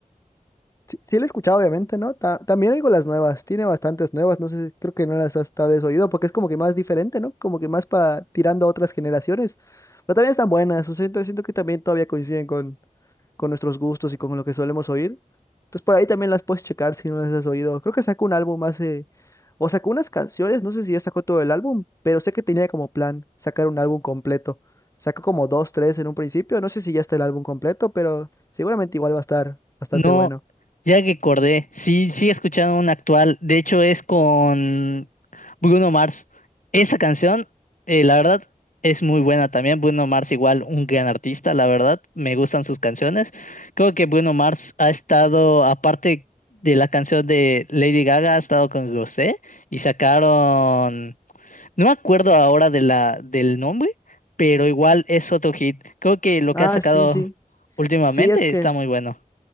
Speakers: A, on the left; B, on the left.
A: Sí, sí la he escuchado, obviamente, ¿no? Ta- también oigo las nuevas, tiene bastantes nuevas, no sé, creo que no las has tal vez oído, porque es como que más diferente, ¿no? Como que más para tirando a otras generaciones, pero también están buenas, o sea, siento, siento que también todavía coinciden con, con nuestros gustos y con lo que solemos oír. Entonces por ahí también las puedes checar si no las has oído. Creo que sacó un álbum hace, o sacó unas canciones, no sé si ya sacó todo el álbum, pero sé que tenía como plan sacar un álbum completo. Sacó como dos, tres en un principio, no sé si ya está el álbum completo, pero seguramente igual va a estar bastante
B: No,
A: bueno.
B: ya que acordé, sí, sí he escuchado una actual, de hecho es con Bruno Mars. Esa canción, eh, la verdad, es muy buena también. Bruno Mars igual un gran artista, la verdad, me gustan sus canciones. Creo que Bruno Mars ha estado, aparte de la canción de Lady Gaga, ha estado con Rosé y sacaron, no me acuerdo ahora de la, del nombre, pero igual es otro hit. Creo que lo
A: Ah,
B: que ha sacado
A: sí, sí.
B: últimamente
A: Sí, es que
B: está muy bueno.